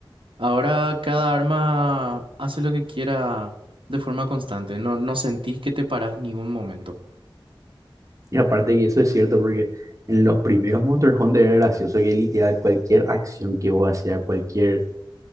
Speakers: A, on the right (about 70°); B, on the right (about 35°).
A: Ahora cada arma hace lo que quiera de forma constante. No, no sentís que te parás ningún momento.
B: Y aparte que eso es cierto porque en los primeros Monster Hunter era gracioso que literal cualquier acción que vos hacías, cualquier